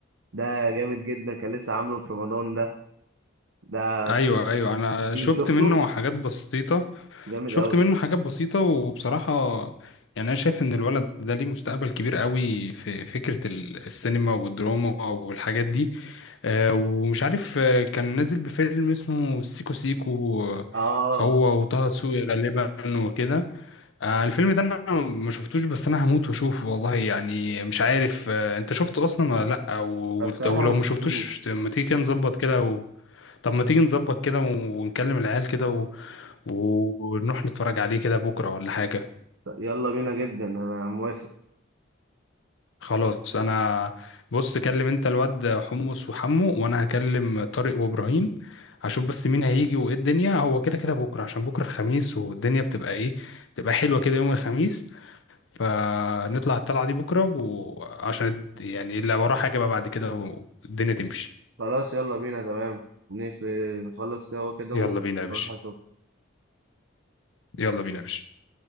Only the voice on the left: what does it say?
ايوه
ايوه انا
شفت
منه حاجات بسيطه
شفت
منه حاجات بسيطه وبصراحه يعني انا شايف ان الولد ده ليه مستقبل كبير قوي في فكره ال- السينما والدراما والحاجات دي آه، ومش عارف آه، كان نازل بفيلم اسمه سيكو سيكو آه،
هو وطه دسوقي غالبا وكده آه، الفيلم ده انا ما شفتوش بس انا هموت واشوفه والله يعني مش عارف آه، انت شفته اصلا ولا لا أو-
ولو
ما شفتوش ما تيجي كده نظبط كده طب ما تيجي نظبط كده ونكلم العيال كده و... ونروح نتفرج عليه كده بكرة ولا حاجة
خلاص انا بص كلم انت الواد حمص وحمو وانا هكلم طارق وابراهيم هشوف بس مين هيجي وايه الدنيا هو كده كده بكرة عشان بكرة الخميس والدنيا بتبقى ايه بتبقى حلوة كده يوم الخميس فنطلع الطلعة دي بكرة وعشان يعني اللي وراه حاجة بقى بعد كده والدنيا تمشي
يلا
بينا يا باشا
يلا بينا يا باشا